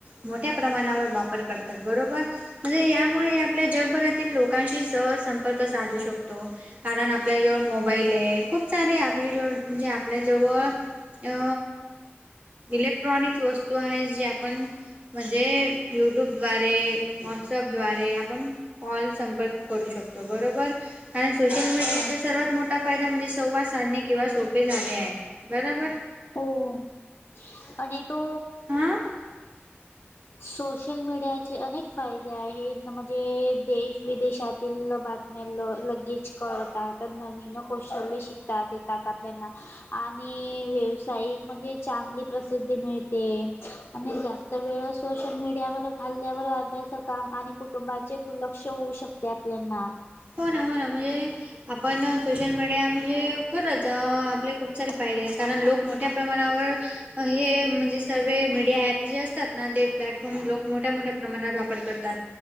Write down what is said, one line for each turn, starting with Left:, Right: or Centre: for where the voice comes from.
Right: मोठ्या प्रमाणावर वापर करतात बरोबर. म्हणजे यामुळे आपल्या जगभरातील लोकांशी सह संंपर्क साधू शकतो. कारण आपल्या जेवळ मोबाईल आहे खूप सारे आपल्या जेव म्हणजे आपल्या जवळ. अ इलेक्ट्रॉनिक्स वस्तू आहेत जे आपण. म्हणजे यूट्यूबद्वारे व्हॉट्सअपद्वारे आपण. कॉल संपर्क करू शकतो बरोबर. कारण सोशल मीडियाचा
Left: हो
Right: सर्वात मोठा फायदा म्हणजे संवाद साधने किंवा सोपे झाले आहेत. बराबर.
Left: हो आणि तो.
Right: हा
Left: सोशल मीडिया. अनेक फायदे आहेत म्हणजे देश विदेशातील बातम्याला लग. गेच कळतात नवीन कशचल्य शिकताात येतात आपल्याना आणि व्यावसायिक म्हणजे चांगली प्रसिद्धी मिळते आणि जास्त वेळ. सोशल मीडियावर घाल्ल्यावर अभ्यास काम आणि कुटुंबाचे दुर्लक्ष होऊ शकते आपल्याना.
Right: हो ना हो ना म्हणजे. आपण सोशल मीडिया म्हणजे खरंच आपले खूप सारे फायदे आहेत कारण लोक मोठे. मोठ्या प्रमाणावर हे म्हणजे. सर्व मीडिया ऍप जे असतात ना ते प्लॅटफॉर्म लोक मोठ्या मोठ्या प्रमाणात वापर करतात.